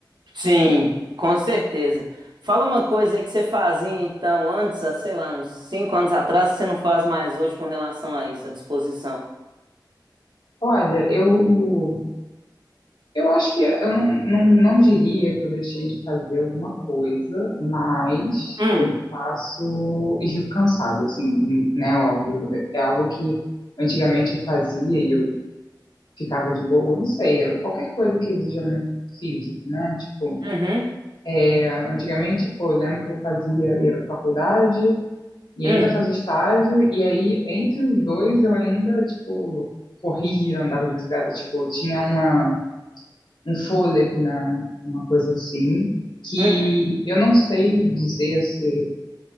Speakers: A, on the right; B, on the left.
A: Sim, com certeza. Fala uma coisa aí que você fazia então antes, há, sei lá, uns cinco anos atrás, que você não faz mais hoje com relação a isso, à disposição.
B: Olha, eu Eu acho que eu não, não, não diria que eu deixei de fazer alguma coisa, mas
A: Hum,
B: eu faço e fico cansada, assim, né? Óbvio. É algo que antigamente eu fazia e eu ficava de boa, não sei, eu- qualquer coisa que exija muito físico, né? Tipo,
A: uhum,
B: é, antigamente, pô, eu lembro que eu fazia, ia pra faculdade e
A: hum,
B: ainda fazia estágio, e aí entre os dois eu ainda, tipo, corria, andava de bicicleta, tipo, tinha uma um fôlego, né? Uma coisa assim, que
A: hum,
B: eu não sei dizer se,